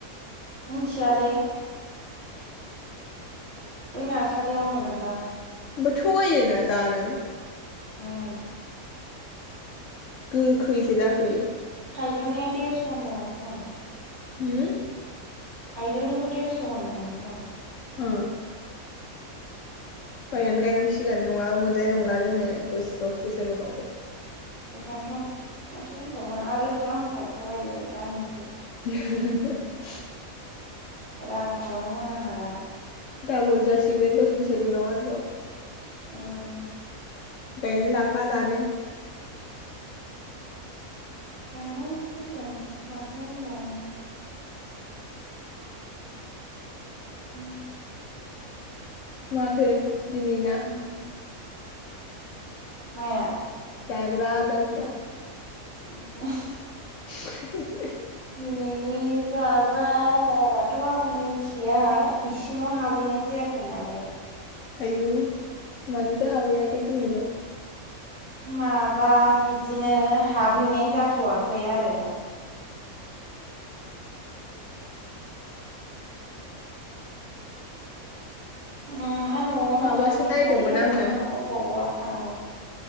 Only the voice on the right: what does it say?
मिथियाले बै नार्सारियाव मोनगोनदां
ओम
जौनिया देरस होनदोंमोन खोमा
थाइजौनिखौ देरस होनदोंमोन खोमा।
बेखायनोथन माथो होनबावनो आरो दामफ्राथ आयै दाहोनसै।
रांखौनो होनो हाला।
उम
गायनांसिगोन माथो होनबावनो उम
उम माया?
<inaudible>
दिनैनि जाग्रा आदाराथ आं मिनथिया इसिङाव हाबहैनाय जायाखै नालाय।
माबा बिदिनो हाबहैनाय जाथ'वाखै आरो ओम ना आवनो
थाबाय
थायो
ना अबेबा अबावबा थाङो?